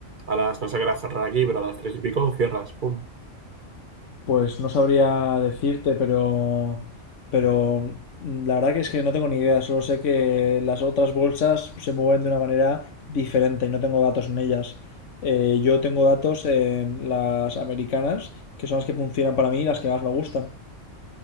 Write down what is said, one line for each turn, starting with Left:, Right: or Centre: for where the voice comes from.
Right: a las, no sé qué hora cerrar aquí, pero a las tres y pico cierras, pum.
Left: Pues no sabría decirte, pero pero mm, la verdad que es que no tengo ni idea. Solo sé que las otras bolsas se mueven de una manera diferente y no tengo datos en ellas. Eh, yo tengo datos en las americanas, que son las que funcionan para mí y las que más me gustan.